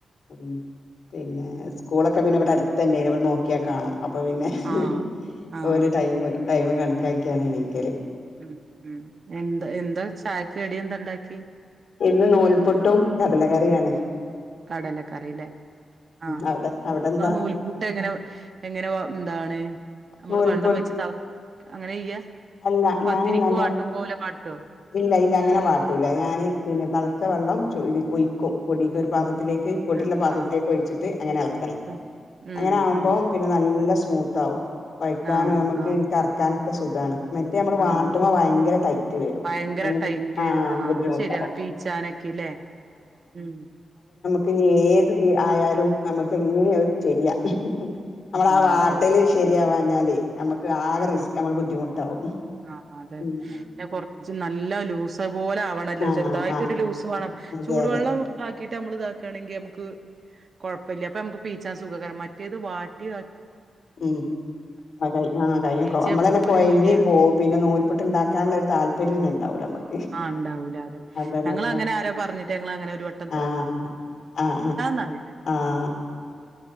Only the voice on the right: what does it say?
ആഹ്
ആഹ്
ഉം ഉം എന്താ എന്താ ചായക്ക് കടി എന്താ ഇണ്ടാക്കി
കടലക്കറില്ലേ ആ.
നിങ്ങളുടെ
നൂൽപുട്ട് എങ്ങനെ എങ്ങനെ <inaudible> നമ്മൾ
വെള്ളംവെച്ചു <inaudible> അങ്ങനെ ചെയ്യാ
പത്തിരിക്ക്
<inaudible>
ഇട്ടിട്ട്
ആഹ്
ഉം ഉം
ഉം
ആഹ്
ആഹ്
ആഹ്
ഭയങ്കര ടൈറ്റ്
വരും ആഹ്
അത് ശരിയാണ് പീച്ചാനക്കെല്ലേ ഉം
ഉം
അതെ
ആഹ്
ആഹ് അതെ
പിന്നെ കൊറച്ച് നല്ല ലൂസ തുപോലെ ആവണല്ലോ
ചെറുതായിട്ട്
ഒരു ലൂസ് വേണം
ചൂടുവെള്ളം
<unintelligible> <unintelligible> നമ്മള് ഇതാക്കേണെങ്കിൽ നമക്ക് കുഴപ്പമില്ല അപ്പ നമക്ക് പീ <unintelligible> മറ്റേത് വാ ട്ടീ
പീച്ച പോരുല്ല
ആ എണ്ടാവൂല അതെ
ഞങ്ങള്
അങ്ങനെ ആരോ പറഞ്ഞിട്ട് ഞങ്ങള് അങ്ങനെ ഒരു വട്ടം
<unintelligible>